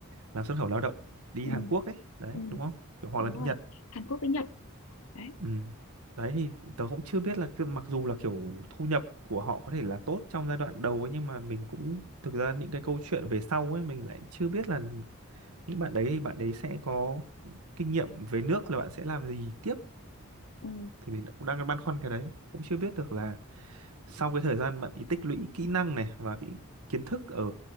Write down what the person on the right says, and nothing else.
làm xuất khẩu lao động đi
Hàn Quốc ấy, đấy
đúng không? Kiểu hoặc
là đi
Nhật.
Ừ. Đấy thì tớ cũng chưa biết là cái- mặc dù là kiểu thu nhập của họ có thể là tốt trong giai đoạn đầu ấy nhưng mà mình cũng thực ra những cái câu chuyện về sau ấy mình lại chưa biết là những bạn đấy thì bạn đấy sẽ có kinh nghiệm về nước là bạn sẽ làm gì tiếp
thì mình cũng đang băn khoăn cái đấy cũng chưa biết được là sau cái thời gian bạn đi tích lũy kỹ năng này và cái kiến thức ở